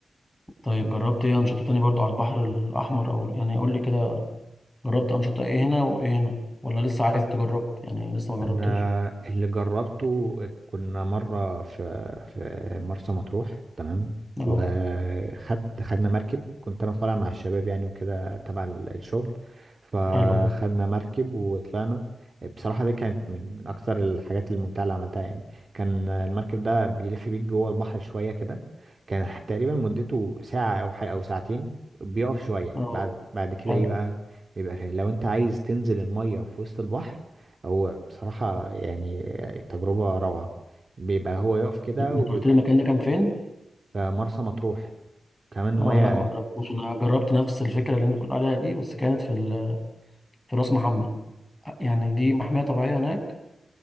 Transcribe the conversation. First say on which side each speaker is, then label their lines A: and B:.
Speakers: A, in the centre; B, on the right.
A: طيب جربت ايه انشطة تاني برضو على البحر الاحمر او يعني قول لي كده جربت انشطة ايه هنا وايه هنا ولا لسه عايز تجرب يعني لسه ما
B: انا
A: جربتش
B: اللي جربته كنا مره في في مرسى مطروح تمام
A: اه
B: وخدت خدنا مركب كنت انا طالع مع الشباب يعني وكده تبع ال- الشغل فخدنا
A: حلو ده
B: مركب وطلعنا بصراحه دي كانت من من اكثر الحاجات الممتعه اللي عملتها يعني كان المركب ده بيلف بيك جوه البحر شويه كده كان تقريبا مدته ساعه او حاجه او ساعتين بيقف شويه
A: اه
B: بعد بعد كده
A: حلو
B: ايه بقى بيبقى فيه لو انت عايز تنزل الميه في وسط البحر هو بصراحة يعني تجربة روعة بيبقى هو يقف كده ويبقى
A: انت قلت لي المكان ده كان فين
B: في مرسى مطروح كمان المية
A: اه لا ما جربتوش انا جربت نفس الفكرة اللي انت بتقول عليها دي بس كانت في ال... في راس محمد يعني دي محمية طبيعية هناك